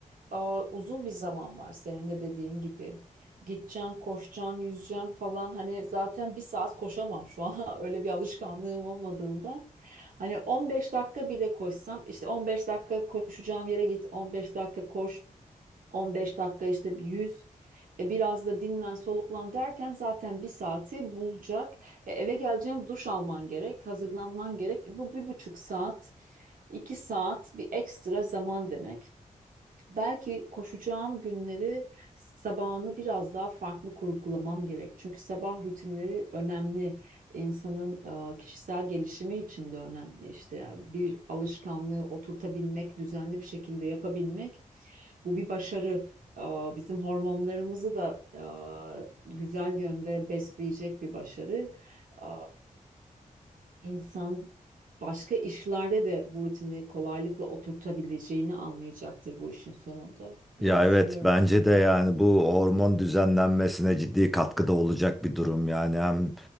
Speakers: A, on the right; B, in the centre.
A: e, uzun bir zaman var senin de dediğin gibi. Gideceksin, koşacaksın, yüzeceksin falan. Hani zaten bir saat koşamam şu an. <laughs> Öyle bir alışkanlığım olmadığında. Hani 15 dakika bile koşsam işte 15 dakika koşacağım yere git 15 dakika koş 15 dakika işte bir 100 e, biraz da dinlen soluklan derken zaten bir saati bulacak. E, eve geleceğim duş alman gerek, hazırlanman gerek. Bu bir buçuk saat, iki saat bir ekstra zaman demek belki koşacağım günleri sabahını biraz daha farklı kurgulamam gerek. Çünkü sabah rutinleri önemli. İnsanın e, kişisel gelişimi için de önemli. İşte yani bir alışkanlığı oturtabilmek, düzenli bir şekilde yapabilmek bu bir başarı. E, Bizim hormonlarımızı da e, güzel yönde besleyecek bir başarı. E, İnsan başka işlerde de bu rutini kolaylıkla oturtabileceğini anlayacaktır bu işin sonunda diye
B: Ya
A: düşünüyorum
B: evet bence
A: ben ya.
B: de yani bu hormon düzenlenmesine ciddi katkıda olacak bir durum yani hem